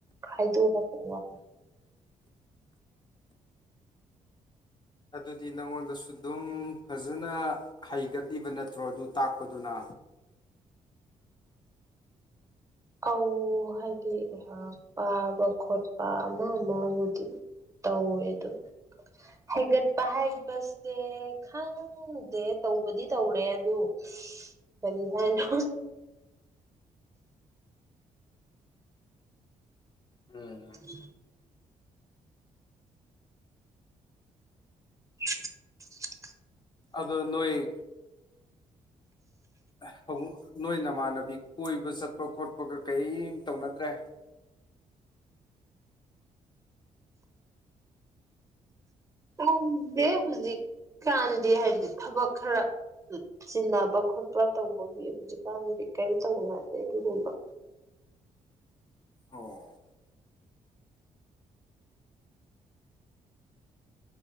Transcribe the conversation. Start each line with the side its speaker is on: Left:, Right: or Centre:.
Right: ꯈꯥꯏꯗꯣꯔꯛꯄ ꯀꯣ
Left: ꯑꯗꯨꯗꯤ ꯅꯪꯉꯣꯟꯗꯁꯨ ꯑꯗꯨꯝ ꯐꯖꯅ ꯍꯩꯒꯠꯂꯤꯕ ꯅꯠꯇ꯭ꯔꯣ ꯑꯗꯨ ꯇꯥꯛꯄꯗꯨꯅ
Right: ꯍꯧ ꯍꯥꯏꯗꯤ ꯄꯥꯕ ꯈꯣꯠꯄ ꯑꯃ ꯑꯃꯕꯨꯗꯤ ꯇꯧꯋꯦ ꯑꯗꯨ ꯍꯥꯏꯒꯠꯄ ꯍꯥꯏꯕꯁꯦ ꯈꯪꯗꯦ ꯇꯧꯕꯗꯤ ꯇꯧꯔꯦ ꯑꯗꯨ ꯀꯔꯤ ꯍꯥꯏꯅꯣ <inaudible>
Left: ꯎꯝ
Right: <inaudible>
Left: ꯑꯗ ꯅꯣꯏ ꯑꯦ ꯑꯃꯨꯛ ꯅꯣꯏ ꯅꯃꯥꯟꯅꯕꯤ ꯀꯣꯏꯕ ꯆꯠꯄ ꯈꯣꯠꯄꯒ ꯀꯔꯤꯝ ꯇꯧꯅꯗ꯭ꯔꯦ
Right: ꯈꯪꯗꯦ ꯍꯧꯖꯤꯛꯀꯥꯟꯗꯤ ꯍꯥꯏꯕꯗꯤ ꯊꯕꯛ ꯈꯔ ꯆꯤꯟꯅꯕ ꯈꯣꯠꯄ ꯇꯧꯕꯒꯤ ꯍꯧꯖꯤꯛꯀꯥꯟꯗꯗꯤ ꯀꯔꯤꯝ ꯇꯧꯅꯗꯦ ꯑꯗꯨꯒꯨꯝꯕ
Left: ꯑꯣ